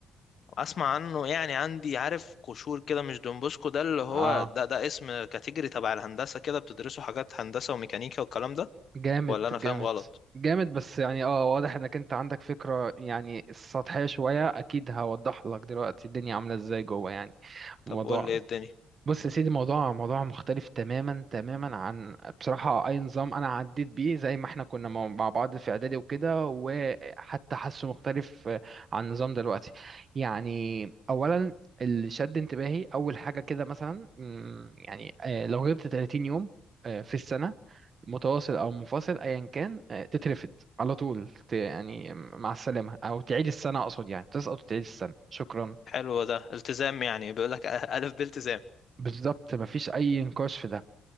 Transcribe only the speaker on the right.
اه
جامد
جامد
جامد بس يعني اه واضح انك انت عندك فكرة يعني سطحية شوية اكيد هوضح لك دلوقتي الدنيا عاملة ازاي جوه يعني
الموضوع
بص يا سيدي موضوع موضوع مختلف تماما تماما عن بصراحة أي نظام أنا عديت بيه زي ما احنا كنا مع مع بعض في إعدادي وكده وحتى حاسه مختلف آه، عن النظام دلوقتي يعني أولا اللي شد انتباهي أول حاجة كده مثلا مم، يعني آه، لو غبت 30 يوم آه، في السنة متواصل أو منفصل أيا كان آه، تترفد على طول ت- يعني مع السلامة أو تعيد السنة أقصد يعني تسقط وتعيد السنة شكرا
بالظبط مفيش أي نقاش في ده